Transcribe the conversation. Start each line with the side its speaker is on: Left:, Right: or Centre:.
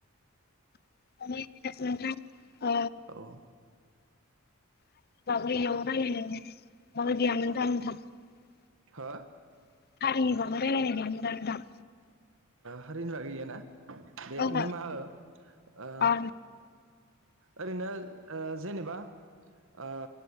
Left: <unintelligible>
Right: औ
Left: <unintelligible>
Right: हो
Left: <unintelligible>
Right: हारिनि बागै इयो ना दे
Left: ओहो
Right: निमाहा हो ओ
Left: अ
Right: ओरैनो जेनेबा ओ